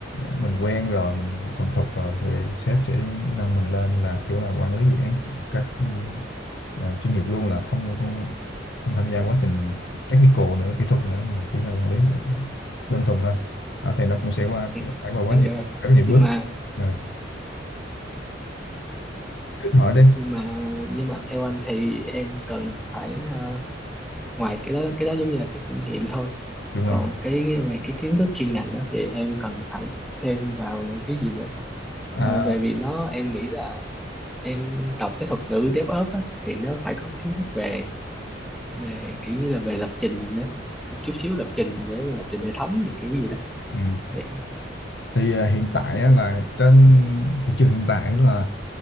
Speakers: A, on the left; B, in the centre.
A: mình quen rồi mình thuần thục rồi thì sếp sẽ nâng mình lên là kiểu là quản lý dự án một cách ừ, ờ, chuyên nghiệp luôn là không không không tham gia quá trình technical nữa kỹ thuật nữa mà chỉ là quản lý một ờ, đơn thuần thôi à, thì nó cũng sẽ qua
B: Ừ,
A: phải qua quá
B: em
A: nhiều
B: hiểu rồi
A: rất nhiều
B: nhưng
A: bước
B: mà
A: Ờ, cứ hỏi đi
B: nhưng mà nhưng mà theo anh thì em cần phải ờ, ngoài cái đó cái đó giống như là cái kinh nghiệm thôi
A: đúng
B: còn
A: rồi
B: cái về cái kiến thức chuyên ngành đó thì em cần phải thêm vào những cái gì nữa ta
A: à,
B: à, về vì nó em nghĩ là em đọc cái thuật ngữ DevOps á, thì nó phải có kiến thức về về kiểu như là về lập trình nữa một chút xíu lập trình để mà lập trình hệ thống gì kiểu gì đó
A: ừ.
B: Thì-
A: thì à, hiện tại á, là trên thị trường hiện tại là